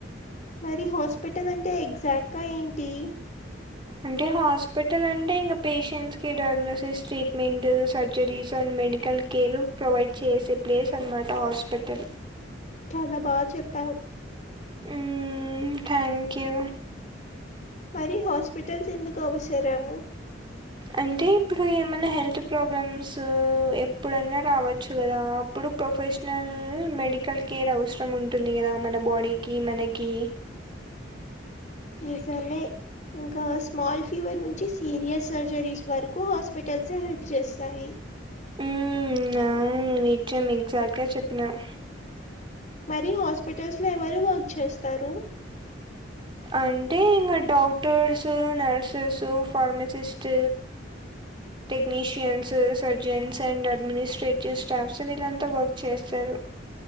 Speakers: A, on the left (about 40°); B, on the right (about 25°).
A: మరి హాస్పిటల్ అంటే ఎగ్జాక్ట్ గా ఏంటి
B: అంటే హాస్పిటల్ అంటే ఇంకా పేషెంట్స్ కి diagnosis treatment surgeries and medical care provide చేసే ప్లేస్ అన్నమాట హాస్పిటల్
A: చాలా బాగా చెప్పావు
B: ఉమ్ థ్యాంక్ యూ
A: మరి హాస్పిటల్స్ ఎందుకు అవసరము
B: అంటే ఇప్పుడు ఏమైనా హెల్త్ ప్రాబ్లమ్స్ ఎప్పుడన్నా రావచ్చు కదా అప్పుడు ప్రొఫెషనల్ మెడికల్ కేర్ అవసరం ఉంటుంది కదా మన బాడీకి మనకి
A: నిజమే ఇంకా స్మాల్ ఫీవర్ నుంచి సీరియస్ సర్జరీస్ వరకు హాస్పిటల్స్ హెల్ప్ చేస్తాయి
B: ఉ అవును నిజం ఎగ్జాక్ట్గా చెప్పినావ్
A: మరి హాస్పిటల్స్ లో ఎవరు వర్క్ చేస్తారు
B: అంటే ఇంకా డాక్టర్స్ నర్సెస్ ఫార్మసిస్ట్
A: హామ్
B: technicians surgeons and administrative staffs వీళ్ళంతా వర్క్ చేస్తారు